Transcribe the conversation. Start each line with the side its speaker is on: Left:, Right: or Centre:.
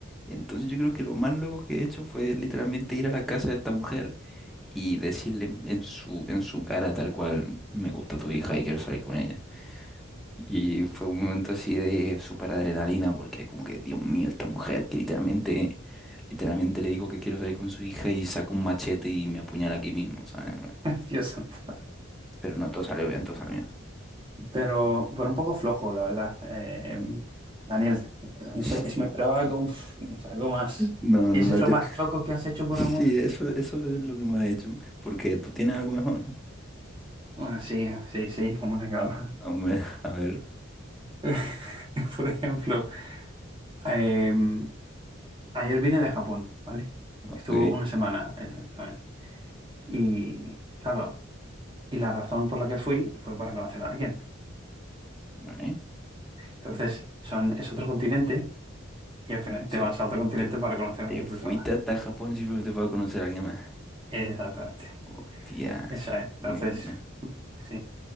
Centre: Entonces yo creo que lo más loco que he hecho fue literalmente ir a la casa de esta mujer y decirle en en su, en su cara tal cual, me gusta tu hija y quiero salir con ella. Y fue un momento así de súper adrenalina, porque es como que, Dios mío, esta mujer que literalmente, literalmente le digo que quiero salir con su hija y saca un machete y me apuñala aquí mismo, ¿sabes?
Right: <laughs> Dios santo.
Centre: Pero no, todo salió bien, todo salió bien.
Right: Pero, pero un poco flojo, la verdad. Em, Daniel,
Centre: <laughs>
Right: no sé, es- me esperaba algo, uf, o sea, algo más.
Centre: No,
Right: ¿Y
Centre: no, no,
Right: eso es
Centre: yo.
Right: lo más loco que has hecho por
Centre: Sí,
Right: amor?
Centre: eso, eso es lo que me ha hecho. Porque tú tienes algo mejor.
Right: Bueno, sí, sí, sí, hombre, claro.
Centre: <laughs> Hombre, a ver,
Right: <laughs> Por ejemplo, em, ayer vine de Japón, ¿vale?
Centre: ok.
Right: Estuvo una semana eh, también. Y claro, Y la razón por la que fui fue para conocer a alguien.
Centre: Vale.
Right: Entonces, son, es otro continente y al final
Centre: O
Right: te
Centre: sea,
Right: vas a otro
Centre: te,
Right: continente
Centre: te,
Right: para conocer
Centre: te
Right: a otra
Centre: fuiste
Right: persona.
Centre: hasta Japón simplemente para conocer a alguien más.
Right: Exactamente.
Centre: Hostia,
Right: Esa
Centre: eso
Right: es.
Centre: es
Right: Entonces,
Centre: muy duro.
Right: sí.